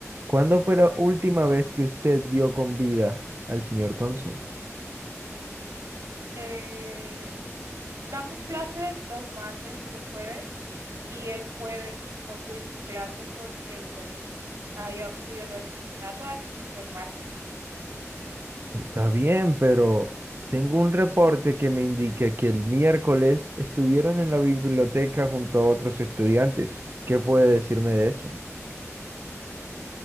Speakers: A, on the right; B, on the right.
A: ¿Cuándo fue la última vez que usted vio con vida al señor Thompson?
B: Eh, damos clases los martes y los jueves. y el jueves no tuvimos clase porque pues había ocurrido lo de ese asesinato, así que fue el martes.
A: Está bien, pero tengo un reporte que me indica que el miércoles estuvieron en la biblioteca junto a otros estudiantes. ¿Qué puede decirme de eso?